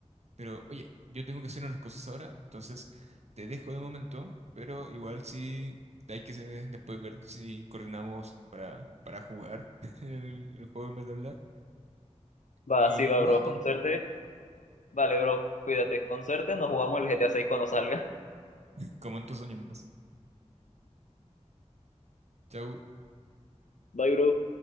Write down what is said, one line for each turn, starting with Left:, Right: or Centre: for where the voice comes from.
Right: Pero oye, yo tengo que hacer unas cosas ahora, entonces te dejo de momento, pero igual sí hay que eh, después ver si coordinamos para, para jugar <laughs> el, el juego en vez de hablar.
Left: Va,
Right: Y
Left: así va,
Right: nada,
Left: bro,
Right: pues,
Left: con suerte. Vale, bro, cuídate, con suerte, nos jugamos el GTA 6 cuando salga.
Right: comento sueños más. Chau.
Left: <laughs> Bye, bro.